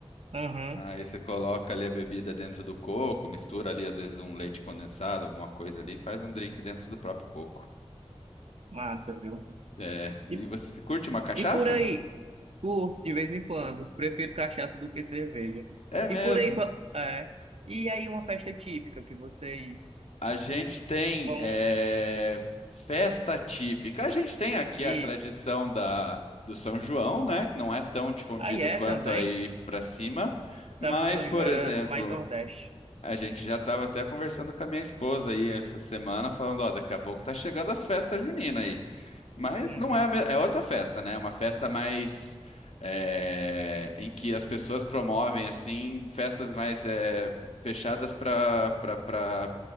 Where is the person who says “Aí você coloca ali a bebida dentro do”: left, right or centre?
Left